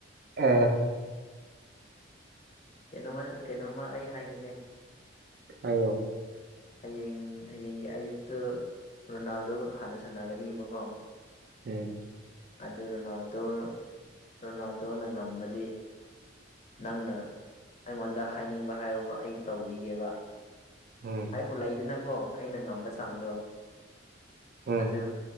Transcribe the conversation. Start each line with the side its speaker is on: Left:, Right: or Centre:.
Right: ꯑꯦ
Left: ꯀꯩꯅꯣꯃ ꯀꯩꯅꯣꯝꯃ ꯑꯩ ꯍꯥꯏꯒꯦꯅꯦ
Right: ꯍꯥꯏꯌꯣ
Left: ꯍꯌꯦꯡ ꯍꯌꯦꯡꯒꯤ ꯑꯌꯨꯛꯇꯨ ꯔꯣꯅꯥꯜꯗꯣꯒ ꯍꯥꯟꯅ ꯁꯥꯟꯅꯒꯅꯦꯕꯀꯣ
Right: ꯎꯝ
Left: ꯑꯗꯨ ꯔꯣꯅꯥꯜꯗꯣ ꯔꯣꯅꯥꯜꯗꯣꯅ ꯉꯝꯃꯗꯤ ꯅꯪꯅ ꯑꯩꯉꯣꯟꯗ ꯍꯥꯏꯅꯤꯡꯕ ꯍꯥꯏꯌꯣꯕ ꯑꯩ ꯇꯧꯕꯤꯒꯦꯕ
Right: ꯎꯝ
Left: ꯑꯩꯕꯨ ꯂꯩꯗꯅꯀꯣ ꯑꯩꯅ ꯉꯝꯕ ꯆꯥꯡꯗꯣ
Right: ꯎꯝ
Left: ꯑꯗꯨ